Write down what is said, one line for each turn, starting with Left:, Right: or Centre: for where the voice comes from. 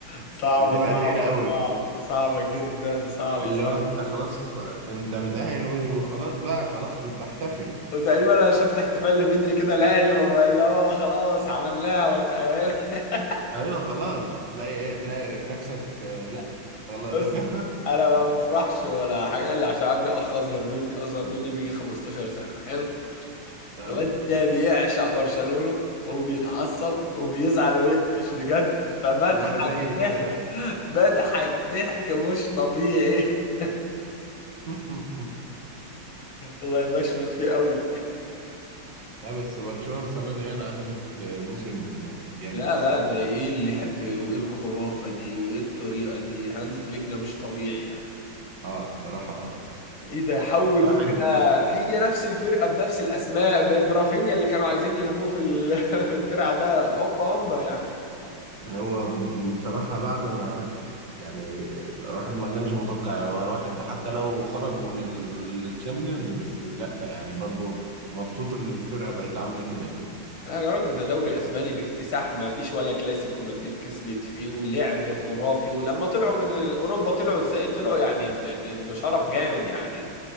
Left: صعبة
Right: بتبقى
Left: صعبة
Right: تقيلة قوي
Left: صعبة صعبة جدا صعبة
Right: اللي
Left: صعبة
Right: هو انت خلاص انت متأهل وخلاص بقى خلاص بتحتفل
Left: وتقريبا انا شفت احتفال لبدري كده لايم هو اللي هو خلاص عملناها واتقال <laughs>
Right: ايوه خلاص تلاقي ايه تلاقي نفسك آه، لا خلاص
Left: بص
Right: <laughs>
Left: انا ما بفرحش ولا حاجة الا عشان عندي اخ اصغر مني اصغر مني بيجي 15 سنة حلو
Right: آه،
Left: الواد ده بيعشق برشلونة وبيتعصب وبيزعل ويقفش بجد فبضحك
Right: ما انا زيه كده
Left: ضحك
Right: بقى
Left: بضحك ضحك مش طبيعي <laughs>
Right: <laughs>
Left: والله بشمت فيه قوي
Right: اه بس برشلونة السنة دي يعني عملت آه، موسم آه، جامد
Left: لا
Right: الصراحة
Left: لا ده ايه اللعب وايه الخرافة دي وايه الطريقة دي هانز فليك ده مش طبيعي يعني
Right: اه الصراحة اه
Left: ايه ده حول
Right: واحد
Left: فرقة هي نفس الفرقة بنفس الاسماء ب- برافينيا اللي كانوا عايزين يرموه في ال- <laughs> في الترعة ده هم هم يعني
Right: هو بصراحة بعد ما يعني الواحد ما كانش متوقع هو الواحد حتى لو خرج من التشامبيونز بس لا يعني برضو مبسوط ان الفرقة بقت عاملة كده يعني
Left: يا راجل ده دوري اسباني باكتساح ما فيش ولا كلاسيكو مدريد كسبت فيه ولعب خرافي ولما طلعوا من اوروبا طلعوا ازاي طلعوا يعني ب- ب- بشرف جامد يعني